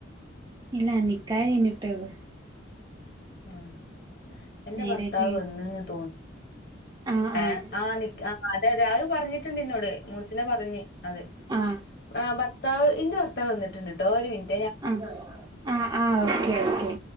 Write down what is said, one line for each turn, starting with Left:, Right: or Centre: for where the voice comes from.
Right: ഇല്ല നിക്കാഹ് കഴിഞ്ഞിട്ടേ ഒള്ളു.
Left: ഉം എന്റെ
Right: മാരേജ്
Left: ഭർത്താവ്
Right: കഴിഞ്ഞിട്ട്
Left: വന്നന്ന് തോ
Right: ആഹ്
Left: ആ
Right: ആഹ്
Left: ആ നിക്കാ അതെ അതെ അത് പറഞ്ഞിട്ടുണ്ട് ഇന്നോട് മൂസിന പറഞ്ഞ് അതെ
Right: ആഹ്
Left: ആ ഭർത്താവ് ഇന്റെ ഭർത്താവ് വന്നിട്ടുണ്ട്ട്ടോ ഒരു മിനി
Right: ആ ആ ആ ഓക്കെ ഓക്കേ